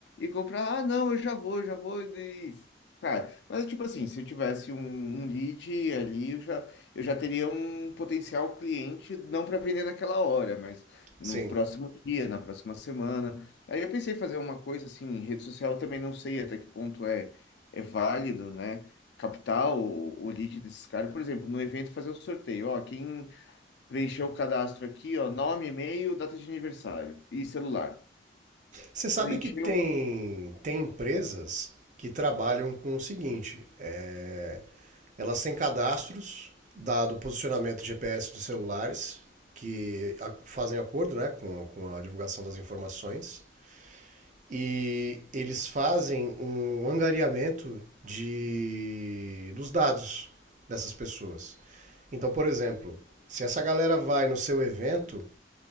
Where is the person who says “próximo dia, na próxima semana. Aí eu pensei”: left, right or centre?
Left